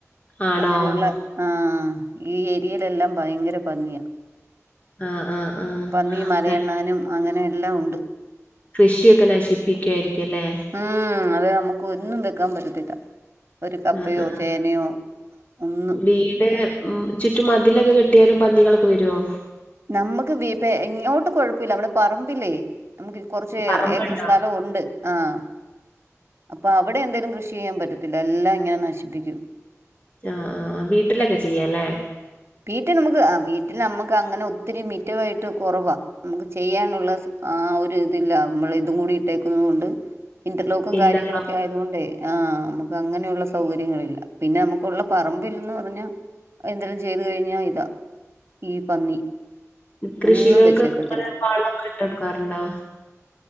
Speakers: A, on the left (about 25°); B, on the right (about 50°).
A: ആണോ
B: അങ്ങനെയുള്ള ആഹ ഈ ഏരിയയിലെല്ലാം ഭയങ്കര ഭന്നിയ
A: ആഹ് ആഹ് ആഹ്
B: പന്നി മലയെണ്ണാനും
A: അഹ്
B: അങ്ങനെയെല്ലാം ഉണ്ട്
A: കൃഷിയൊക്കെ നശിപ്പിക്കുായിരിക്കും അല്ലേ
B: ഉം അത് നമുക്ക് ഒന്നും വെക്കാൻ പറ്റത്തില്ല ഒരു കപ്പയോ
A: ആ ആ
B: ചേനയോ ഒന്നും
A: വീട് ഉ ചുറ്റും മതിലൊക്കെ കെട്ടിയാലും കളൊക്കെ വരുവോ
B: നമ്മുക്ക്പ്പ <unintelligible> ഇങ്ങോട്ട് കൊഴപ്പമില്ല അവിടെ പറമ്പില്ലേ നമുക്ക് കുറച്ച്
A: പറമ്പുണ്ടോ?
B: ഏക്കർ സ്ഥലം ഉണ്ട് ആഹ അപ്പൊ അവിടെ എന്തേലും കൃഷി ചെയ്യാൻ പറ്റത്തില്ല എല്ലാം ഇങ്ങനെ നശിപ്പിക്കും
A: ആ ആ വീട്ടിലൊക്കെ ചെയ്യല്ലേ
B: വീട്ടിൽ നമുക്ക് ആ വീട്ടിൽ നമ്മക്ക് അങ്ങനെ ഒത്തിരി മിറ്റവമായിട്ട് കുറവാണ് നമുക്ക് ചെയ്യാനുള്ള ആ ഒരു ഇതില്ല നമ്മൾ ഇതും കൂ <unintelligible> ട്ടേക്കുന്നത്ണ്ട് ഇന്റർലോക്കും
A: ഇന്റർലോക്ക്
B: കാര്യങ്ങളൊക്കെ ആയതുകൊണ്ട് ആ നമുക്ക് അങ്ങനെയുള്ള സൗകര്യങ്ങളില്ല പിന്നെ നമുക്കുള്ള പറമ്പിൽന്ന് പറഞ്ഞാൽ എന്തെും ചെയ്ത് കഴിഞ്ഞാ ഇതാ ഈ പന്നി
A: കൃഷികൾക്കൊക്കെ
B: ഒന്നും വെച്ചേക്കത്തില്ല
A: ഇങ്ങടെെ വള്ളക്കെ ഇട്ട കൊടുക്കാറുണ്ടോ